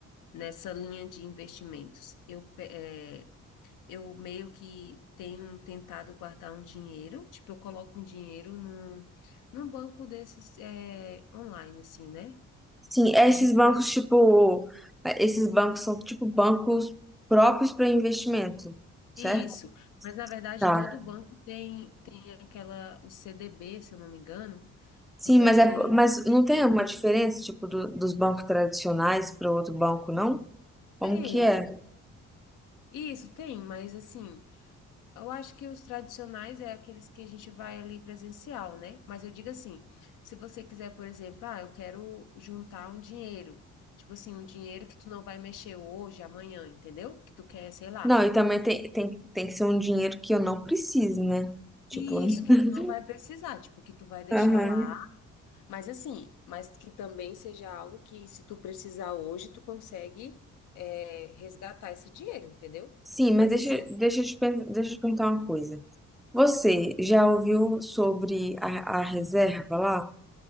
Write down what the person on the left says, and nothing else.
nessa linha de investimentos, eu, pe- é, eu meio que tenho tentado guardar um dinheiro, tipo, eu coloco um dinheiro num, num banco desses é, online, assim, né?
Digital.
Isso. Mas na verdade,
todo banco tem, tem aquela, o CDB, se eu não me engano,
que daí
ele
vai vender.
Tem.
Isso, tem, mas assim. Eu acho que os tradicionais é aqueles que a gente vai ali presencial, né? Mas eu digo assim, se você quiser, por exemplo, ah, eu quero juntar um dinheiro, tipo assim, um dinheiro que tu não vai mexer hoje, amanhã, entendeu? Que tu quer, sei lá.
Isso,
que tu não vai precisar, tipo, que tu vai deixar
lá, mas assim, mas que também seja algo que se tu precisar hoje, tu consegue é, resgatar esse dinheiro, entendeu?
Mas
assim,
ah,